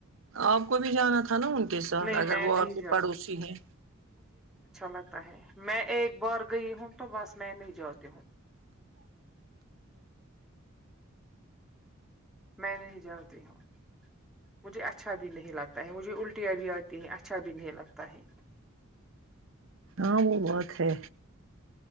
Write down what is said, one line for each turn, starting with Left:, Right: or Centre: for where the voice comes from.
Right: آپ کو بھی جانا تھا نا ان کے ساتھ
Centre: نہیں
Right: اگر
Centre: میں
Right: وہ
Centre: نہیں
Right: آپ کے پڑوسی ہیں
Centre: پتا ہے میں ایک بار گئی ہوں تو بس میں نہیں جاتی ہوں میں نہیں جاتی ہوں مجھے اچھا بھی نہیں لگتا ہے مجھے الٹیاں بھی آتی ہیں اچھا بھی نہیں لگتا ہے
Right: اں وہ بات ہے